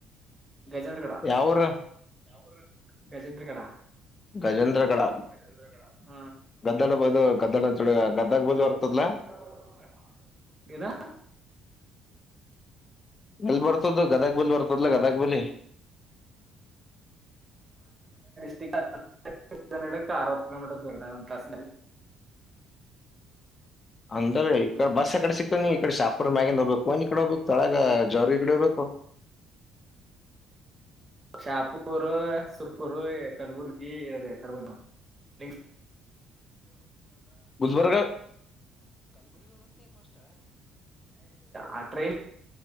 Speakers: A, on the right; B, on the left.
A: ಗಜೇಂದ್ರ ಕಡ
B: ಯಾವೂರ
A: ಯರು ಗಜೇಂದ್ರ ಕಡ
B: ಗಜೇಂದ್ರಗಡ
A: ರೇಂದ್ರ ಕ್ಮ
B: ಗದ್ದಡ ಬದು ಗದ್ದಡ
A: ಗದ
B: ಅಂತ ಗದಗ್
A: ಗದ್ದನ
B: ಬಲ್ ಬರ್ತದ್ಲ
A: ಗ ಗ
B: ಎಲ್ಲಿ ಬರ್ತ ಗದಾಗ ಬಲಿ ಬರ್ತದಲ್ಲ ಗದಗ್ ಬಲಿ
A: ಅರವತ್ತು ಕಿಲೋಮೀಟರ್ ದೂರ ಒಂದುಾಸ
B: ಅಂತ್ರೆ ಈ ಬಸ್ ಕಡೆ ಸಿಕ್ತ ಮ ನೀ್ ಈ ಕಡೆ ಶಾಪರ್ ಮ್ಯಗಿಂದ ಹೋಗ್ಬೇಕು ಒನ್್ ಕಡೆ ಹೋಗ್ಬೇಕು ತೊಳಗ ಜರಿ ಕಡೆ ಹೋಗ್ಬೇಕು
A: ಶಾಪೂರ್ ಸುರ್ಪುರು ಕಲಬುರ್ಗಿ ಇದೆ ಕರ್ಬಸೂ
B: ಗುಜಬರ್ಗ
A: ಆ ್ರೇನ್